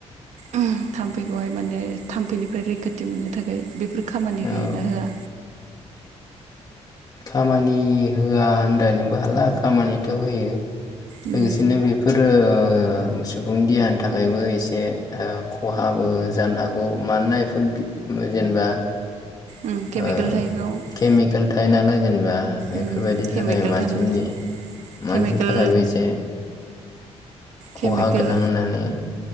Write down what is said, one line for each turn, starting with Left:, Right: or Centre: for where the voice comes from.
Right: उम थामफैखौहाय माने थाम्फैनिफ्राय रैखाथि मोननो थाखाय बेफोर खामानि होयो
Left: औ
Right: ना होआ
Left: खामानि होआ होनद्रायनोबो हाला खामानिथ' होयो।
Right: उम
Left: लोगोसेनो बेफोरो ओ ओ सुबुं देहानि थाखायबो एसे ओ खहाबो जानो हागौ मानोना बेफोर बि जेनेबा
Right: उम केमिकेल
Left: ओ
Right: थायो बेयाव
Left: केमिकेल थायो नालाय जेनेबा एफोरबायदिनि
Right: उम केमिकेल
Left: थाखाय मानसिनि
Right: थानानै केमिकेल
Left: थाखायबो एसे खहा
Right: केमिकेल
Left: गोनां होननानै